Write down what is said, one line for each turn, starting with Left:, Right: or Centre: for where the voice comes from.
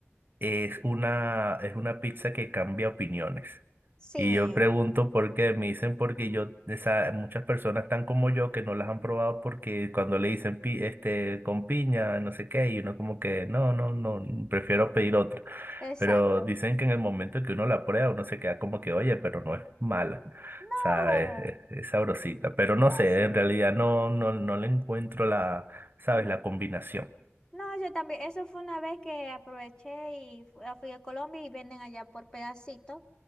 Right: es una, es una pizza que cambia opiniones.
Left: sí,
Right: Y yo pregunto por qué, me dicen porque yo, esa, muchas personas están como yo que no las han probado porque cuando le dicen pi- este, con piña, no sé qué, y uno como que no, no, no, prefiero pedir otra.
Left: exacto.
Right: Pero dicen que en el momento que uno la prueba, uno se queda como que, oye, pero no es mala.
Left: No,
Right: O sea, es, es- es sabrosita. Pero no sé,
Left: ese.
Right: en realidad no, no, no le encuentro la, ¿sabes?
Left: no.
Right: La combinación.
Left: No, yo también, eso fue una vez que aproveché y fu- ah, fui a Colombia y venden allá por pedacitos